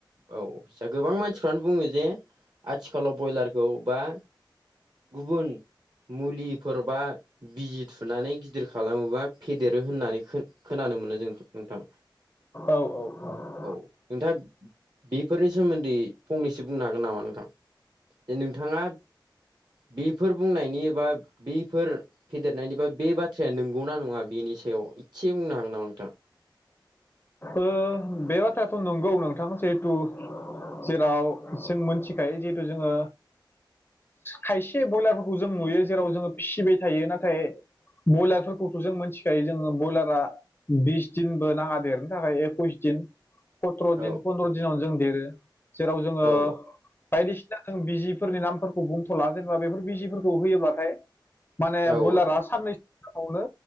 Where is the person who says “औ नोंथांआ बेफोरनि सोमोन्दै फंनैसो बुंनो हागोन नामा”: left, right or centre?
Right